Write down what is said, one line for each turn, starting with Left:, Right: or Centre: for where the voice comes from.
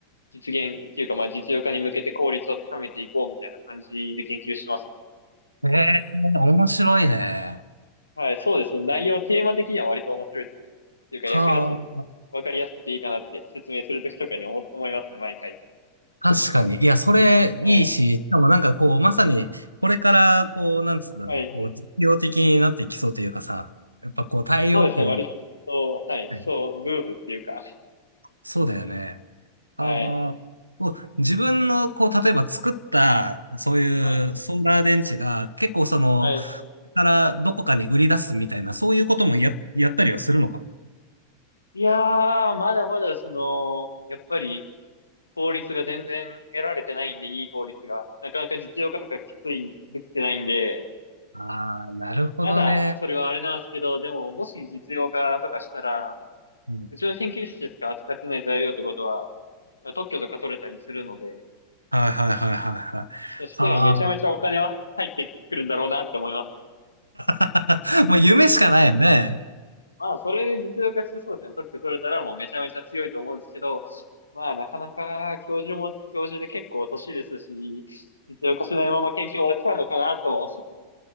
Left: 実現っていうか、まあ、実用化に向けて効率を高めていこうみたいな感じで研究してますね。
Right: い。ええー面白いね。
Left: はい、そうですね。内容、テーマ的には割と面白いっていうか、
Right: はあ。
Left: 役立つわかりやすくていいかなって説明するときとかに思、思いますね、毎回。
Right: 確かに。いや、それいいし、
Left: はい。
Right: しかもなんかこう、まさに、これから、こう、なんつうんだろう、
Left: はい。
Right: こう、実用的になっていきそうというかさ、やっぱこう、太陽光、
Left: そうですね、割と、はい、
Right: ね
Left: そう、ブームっていうか、
Right: そうだよね。
Left: はい。
Right: ああ、こう自分の、こう、例えば作った、そういうソーラー電池が、
Left: はい。
Right: 結構その、
Left: はい。
Right: からどこかに売り出すみたいな、そういうこともや、やったりはするのかな。
Left: いやー、まだまだその、やっぱり効率が全然得られてないんで、いい効率が。なかなか実用化とかきつい、できてないんで、
Right: ああ、なるほどね。
Left: まだそれはあれなんですけど、でももし実用化とかしたら、
Right: うん
Left: うちの研究室しか扱ってない材料ってことは、特許とか取れたりするので、
Right: はいはいはいはいはい。
Left: そしたらめちゃめちゃお金は入ってくるんだろうなって思いますね。
Right: はあ。<laughs> もう夢しかないよね。
Left: <laughs> まあ、それで実用化してそうですね。特許取れたらもうめちゃめちゃ強いと思うんですけど、まあ、なかなか教授も教授で結構年ですし、実用化しないまま研究終わっちゃうのかなと、